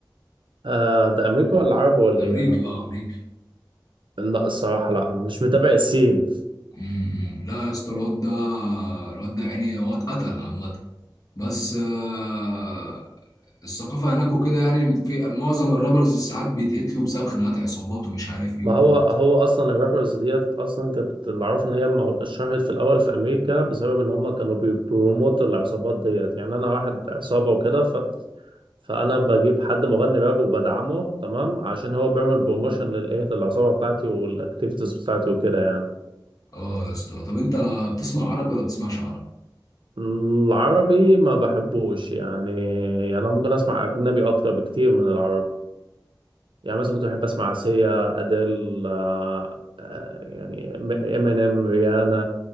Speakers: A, on the right; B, on the left.
A: آه ده أمريكا ولا عربي ولا
B: امريكي
A: إيه أنا
B: اه امريكي
A: لا الصراحة لا مش متابع السين
B: أمم. لا يا اسطى الواد ده الواد ده يعني هو اتقتل عامه بس آه الثقافه هناك وكده يعني في معظم الرابرز ساعات بيتقتلوا بسبب خناقات عصابات ومش عارف ايه
A: ما
B: وبت...
A: هو هو اصلا الرابرز ديت اصلا كانت اللي اعرف ان هي مو- اتشهرت في الاول في امريكا بسبب ان هم كانوا بيبروموت العصابات ديت يعني انا واحد عصابة وكده ف... فانا بجيب حد مغني راب وبدعمه تمام عشان هو بيعمل بروموشن للايه للعصابة بتاعتي والاكتيفيتيز بتاعتي وكده يعني
B: اه يا اسطى طب انت بتسمع عربي ولا بتسمعش عربي؟
A: العربي ما بحبوش يعني يعني انا ممكن اسمع اجنبي اكتر بكتير من العربي يعني مثلا كنت بحب اسمع سيا اديل آه، آه، يعني امينيم ريانا